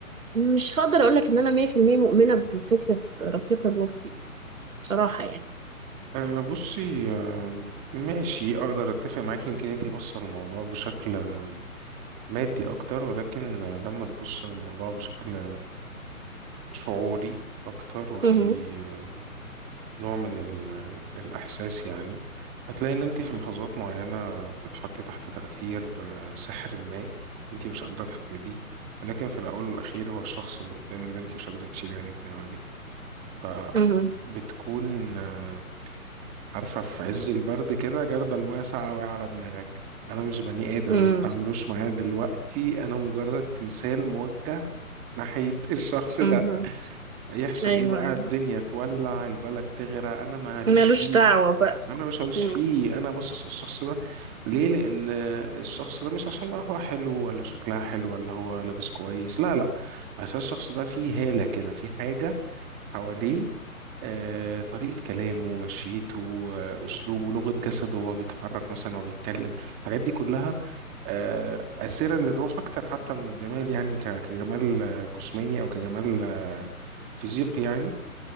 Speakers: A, on the right; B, on the right.
A: مش هقدر أقولك إن أنا 100% مؤمنة بفكرة رفيق الروح دي بصراحة يعني
B: أه بصي أه ماشي اقدر اتفق معاكي يمكن انتي بص على الموضوع بشكل آه، مادي اكتر ولكن آه، لما تبص الموضوع بشكل شعوري اكتر وفي
A: مهم.
B: آه، نوع من ال- الاحساس يعني هتلاقي ان انتي في لحظات معينة بتتحطي تحت تأثير آه، سحر ما انتي مش قادرة تحدديه ولكن في الاول والاخير هو الشخص اللي قدامك ده انتي مش قادرة تشيلي عينيك من عليه فبتكون
A: مهم.
B: آه، عارفة في عز البرد كده جردل المية ساقعة وقع على دماغك أنا مش بني آدم
A: مهم.
B: ما تتعاملوش معايا دلوقتي أنا مجرد تمثال موجه ناحية <laughs> الشخص ده
A: مهم.
B: يحصل
A: أيوه
B: إيه بقى
A: أيوه
B: الدنيا تولع البلد تغرق أنا ماليش
A: ملوش
B: فيه
A: دعوة بقى
B: أنا مش ماليش
A: مم.
B: فيه أنا باصص على الشخص ده ليه لأن الشخص ده مش عشان بقى هو حلو ولا شكلها حلو ولا هو لابس كويس لا لا عشان الشخص ده فيه هالة كده فيه حاجة حواليه آه، طريقة كلامه مشيته آه، أسلوبه لغة جسده وهو بيتحرك مثلا وهو بيتكلم الحاجات دي كلها آه، آسرة للروح أكتر حتى من الجمال يعني ك- كجمال آه، جسماني أو كجمال آه، فيزيقي يعني